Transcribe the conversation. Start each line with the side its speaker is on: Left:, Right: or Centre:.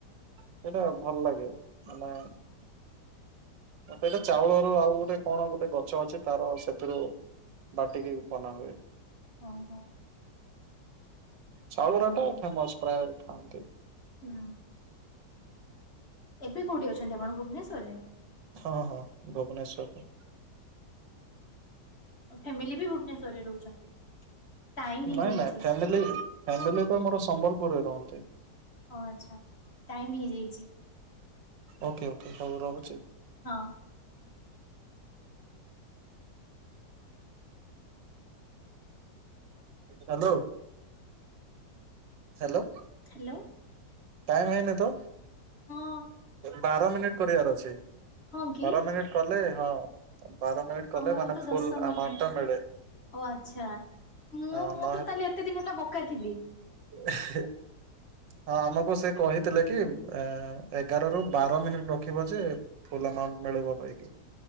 Right: ସେଟା ଭଲ ଲାଗେ ନାଇ। ସେଇଟା ଚାଉଳରୁ ଆଉ ଗୋଟେ କଣ ଗୋଟେ ଗଛ ଅଛି। ତାର ସେଥିରୁ ବାଟିକି ବନା ହୁଏ।
Left: ହିଁ ହିଁ।
Right: ଚାଉଳ ବରା ଟା ଫେମସ ପ୍ରାୟ ଖାଆନ୍ତି।
Left: ହୁଁ। ଏବେ କୋଉଠି ଅଛନ୍ତି ଆପଣ ଭୁବନେଶ୍ୱର ରେ?
Right: ହଁ ହଁ, ଭୁବନେଶ୍ଵରରେ।
Left: ଫ୍ୟାମିଲି ବି ଭୁବନେଶ୍ୱରରେ ରହୁଛନ୍ତି? ଟାଇମ ହେଇଯାଇଛି
Right: ନାଇଁ ନାଇଁ ଫ୍ୟାମିଲି ଫ୍ୟାମିଲି ତ ମୋର ସମ୍ବଲପୁରରେ ରୁହନ୍ତି।
Left: ଓ ଆଛା ଟାଇମ ହେଇଯାଇଛି।
Right: ଓକେ ଓକେ ରହୁଛି।
Left: ହଁ
Right: ହ୍ୟାଲୋ। ହାଲୋ
Left: ହ୍ୟାଲୋ
Right: ଟାଇମ ହେଇନି ତ?
Left: ହଁ
Right: ବାର ମିନିଟ କରିବାର ଅଛି,
Left: ହଁ କି
Right: ବାର ମିନିଟ କଲେ ହଁ। ବାର ମିନିଟ କଲେ
Left: ଆମକୁ
Right: ମାନେ
Left: ତ
Right: ଫୁଲ
Left: ଦଶ ମିନିଟ
Right: ଆମାଉଣ୍ଟ ଟା ମିଳେ,
Left: ଓ ଆଚ୍ଛା। ମୁଁ
Right: ହିଁ।
Left: ମୁଁ ତ ତାହେଲେ ଏତେ ଦିନ ହେଲା ବୋକା ଥିଲି।
Right: ଏ ହେ ହଁ ଆମକୁ ସେ କହିଥିଲେ କି, ଏଗାର ରୁ ବାର ମିନିଟ୍ ରଖିବ ଯେ ଫୁଲ୍ ଆମାଉଣ୍ଟ ମିଳିବ ବାକି।